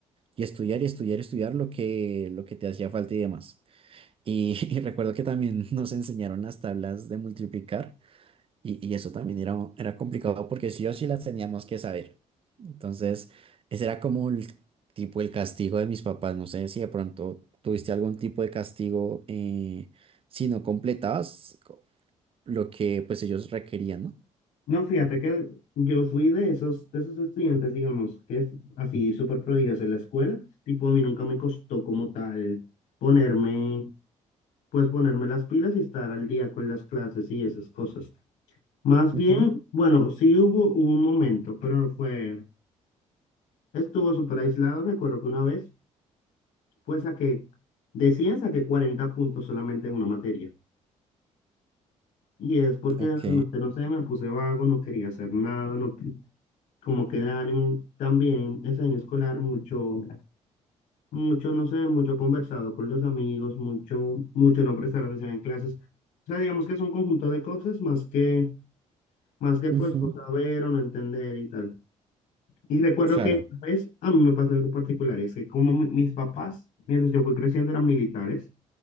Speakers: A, on the right (about 45°); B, on the left (about 85°).
A: Y estudiar y estudiar y estudiar lo que, lo que te hacía falta y demás. Y, <laughs> y recuerdo que también <laughs> nos enseñaron las tablas de multiplicar. Y, y eso también era, era complicado porque sí o sí las teníamos que saber. Entonces, ese era como el tipo el castigo de mis papás. No sé si de pronto tuviste algún tipo de castigo eh, si no completabas co- lo que pues ellos requerían, ¿no?
B: No, fíjate que yo fui de esos, de esos estudiantes, digamos, que es así súper prodigios en la escuela. Tipo, a mí nunca me costó como tal ponerme, pues ponerme las pilas y estar al día con las clases y esas cosas. Más
A: Ujú,
B: bien, bueno, sí hubo, hubo un momento, pero no fue, estuvo súper aislado. Recuerdo que una vez, pues saqué, decían saqué 40 puntos solamente en una materia. Y es porque
A: Ok,
B: realmente, no sé, me puse vago, no quería hacer nada, no, como que el ánimo también ese año escolar mucho mucho no sé mucho conversado con los amigos mucho mucho no prestar atención en clases o sea digamos que es un conjunto de cosas más que más que pues
A: ujú,
B: no saber o no entender y tal y recuerdo
A: claro,
B: que pues a mí me pasó algo particular y es que como mi- mis papás mientras yo fui creciendo eran militares